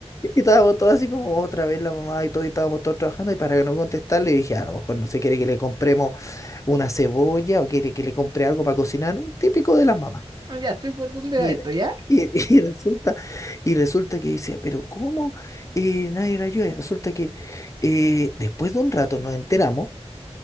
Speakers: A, on the left; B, on the right.
A: estábamos todos así como otra vez la mamá y todo, y estábamos todos trabajando. Y para que no contestarle, dije, a lo mejor no se quiere que le compremos una cebolla o quiere que le compre algo para cocinar. Un típico de las mamás.
B: Oh, Ya sé por dónde
A: Y,
B: va esto,
A: re-
B: ¿ya?
A: y- <laughs> y resulta, y resulta que decía, pero ¿cómo eh, nadie la ayuda? Y resulta que eh, después de un rato nos enteramos